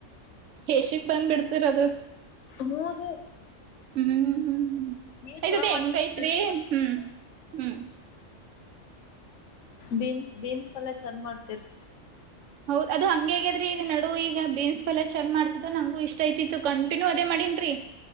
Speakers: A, on the right; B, on the left.
A: ಯಶಕ್ ಬಂದ್ಬಿಡ್ತೀರ ಅದು
B: ಮೂರು
A: ಹೂ ಹೂ
B: ನೀವ್
A: ಆಯ್ತದ
B: ಚಲೋ ಮಾಡ್ತೀರ್
A: ಹೆಂಗ ಐತ್ರಿ
B: ಬಿಡ್ರಿ ಪಲ್ಯ.
A: ಹೂ ಹೂ
B: ಬೀನ್ಸ್ ಬೀನ್ಸ್ ಪಲ್ಲಾ ಚಂದ ಮಾಡ್ತೀರ್
A: ಹೌದ ಅದು ಹಂಗ್ಯಾದ್ರಿ ಈಗ ನಡು ಈಗ ಬೀನ್ಸ್ ಪಲ್ಲ ಚಂದ ಮಾಡ್ತಿದ್ದ ನಂಗು ಇಷ್ಟ ಯತಿತ್ತು ಕಂಟಿನ್ಯೂ ಅದೇ ಮಾಡನ್ರೀ